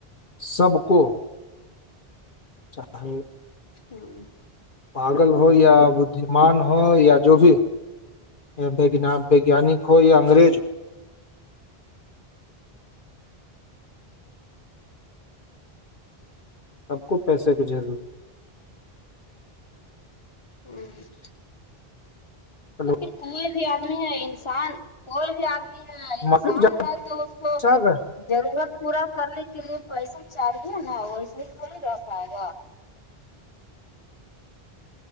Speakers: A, on the left; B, on the left.
A: سب کو <inaudible>
B: <inaudible>
A: پاگل ہو یا بدیمان ہو یا جو بھی ہو یا وگیانک ہو یا انگریز ہو آپ کو پیسے کی ضرور
B: <unintelligible>
A: ہلو
B: اور پھر کوئی بھی آدمی ہے انسان کوئی بھی آدمی ہے انسان
A: مارکیٹ
B: ہے تو اس کو
A: ج گئے
B: ضرورت پورا کرنے کے لیے پیسہ چاہیے نا ویسے ہی تھوڑی رہ پائے گا